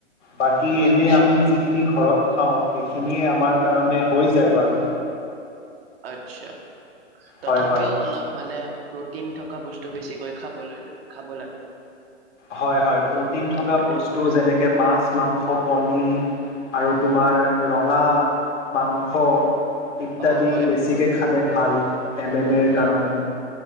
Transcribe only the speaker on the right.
আচ্ছা
আচ্ছা। তথাপিও
অলপ মানে প্ৰটিন থকা বস্তু বেছিকৈ খাবলৈ খাব লাগে।
আহ,
মানে
অ হয়
উম